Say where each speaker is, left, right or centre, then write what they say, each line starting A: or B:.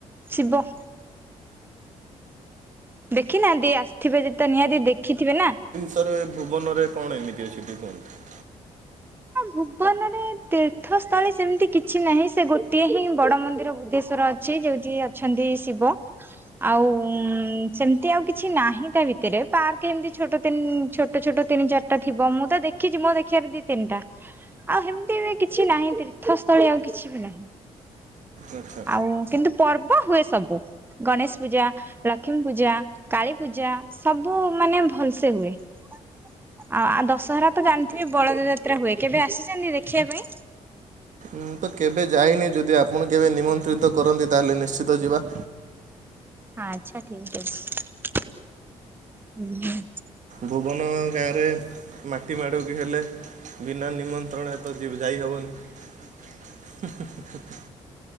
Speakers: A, on the right (about 15°); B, on the right (about 60°).
A: ଶିବ। ଦେଖିନାହାନ୍ତି ଆସିଥିବେ ଯଦି ତ ନିହାତି ଦେଖିଥିବେ ନା।
B: ସତରେ ଭୁବନରେ କଣ ଏମିତି ଅଛି ଟିକେ ଲୁହନ୍ତୁ?
A: ଭୁବନରେ ତୀର୍ଥସ୍ଥଳୀ ସେମିତି କିଛି ନାହିଁ ସେ ଗୋଟିଏ ହିଁ ବଡ଼ ମନ୍ଦିର ବୁଦ୍ଧେଶ୍ଵର ଅଛି। ସେଇ ଯାଉଚି ଅଛନ୍ତି ଶିବ। ଆଉ ସେମିନ୍ତି ଆଉ କିଛି ନାହିଁ ତା ଭିତରେ ପାର୍କ ହେମିନ୍ତି ଛୋଟ ତିନ ଛୋ ଛୋଟ ତିନି ଚାରଟା ଥିବ ମୁଁ ଦେଖିଚି ମୋ ଦେଖି଼ବାର ଦିଇ ତିନିଟା। ଆଉ ହେମିତି ବି କିଛି ନାହିଁ ତୀର୍ଥସ୍ଥଳୀ ଆଉ କିଛି ବି ନାହିଁ।
B: ଆଚ୍ଛା।
A: ଆଉ କିନ୍ତୁ ପର୍ବ ହୁଏ ସବୁ ଗଣେଶ ପୂଜା। ଲକ୍ଷ୍ମୀ ପୂଜା କାଳୀ ପୂଜା ସବୁ ମାନେ ଭଲସେ ହୁଏ। ଆଉ ଆଉ ଦଶହରା ତ ଜାଣିଥିବେ ବଳଦ ଯାତ୍ରା ହୁଏ କେବେ ଆସିଛନ୍ତିକି ଦେଖିବା ପାଇଁ?
B: ମୁଁ ତ କେବେ ଯାଇନି ଜଦି ଅପଣ କେବେ ନି ନିମନ୍ତ୍ରିତ କରନ୍ତି ତାହେଲେ ନିଶ୍ଚିତ ଜିବା।
A: ଆଛା ଠିକ୍ ଅଚି ହୁଁ ହୁଁ।
B: ଭୁବନ ଗାଁରେ ମାଟି ମାଡିବାକୁ ହେଲେ ବିନା ନିମନ୍ତ୍ରଣ ରେ ତ ଜିବି ଯାଇ ହବନି ହୁଁ ହୁଁ ହୁଁ